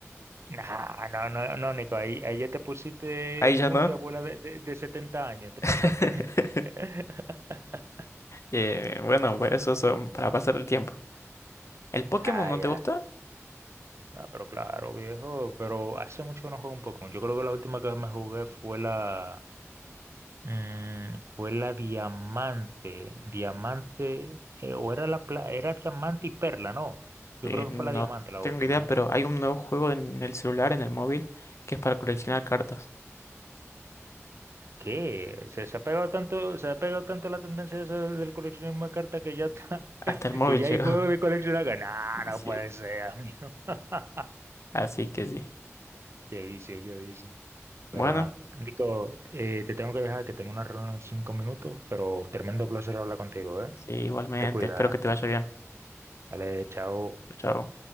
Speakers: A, on the right; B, on the left.
A: Nah, no, no, no, Nico, ahí, ahí ya te pusiste
B: Ahí
A: en mood
B: ya no.
A: de abuela de, de, de 70 años, te pasaste.
B: <laughs>
A: <laughs>
B: Eh, bueno, pero esos son para pasar el tiempo. ¿El
A: Ya,
B: Pokémon no
A: ya.
B: te gusta?
A: Ah, pero claro, viejo, pero hace mucho que no juego un Pokémon. Yo creo que la última que me jugué fue la, Mm, fue la diamante, diamante, eh, o era la pla- era diamante y perla, ¿no? Yo
B: Eh,
A: creo
B: no
A: que fue la diamante la
B: tengo
A: última,
B: idea, pero
A: ¿eh?
B: hay un nuevo juego en el celular, en el móvil, que es para coleccionar cartas.
A: ¿Qué? Se, se ha pegado tanto, se ha pegado tanto la tendencia esa de- del coleccionismo de cartas que ya está,
B: Hasta
A: <laughs>
B: el móvil
A: que ya
B: llegó.
A: hay juegos de coleccionar que no, no
B: <laughs> Sí.
A: puede ser, amigo. <laughs>
B: Así que sí.
A: Qué vicio, qué vicio. Pero
B: Bueno,
A: nada, Nico, eh, te tengo que dejar que tengo una reunión en cinco minutos, pero tremendo placer hablar contigo, ¿eh?
B: sí, igualmente.
A: Te cuida,
B: Espero que te
A: ¿eh?
B: vaya bien.
A: Dale, chao.
B: Chao.